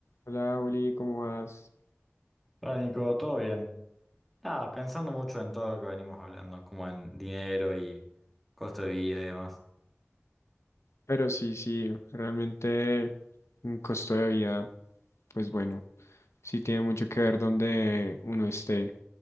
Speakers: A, on the left; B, in the centre.
A: Hola, Juli, ¿cómo vas?
B: Hola Nico, ¿todo bien? Ah, pensando mucho en todo lo que venimos hablando, como en dinero y costo de vida y demás.
A: Pero sí, sí, realmente un costo de vida, pues bueno, sí tiene mucho que ver donde uno esté.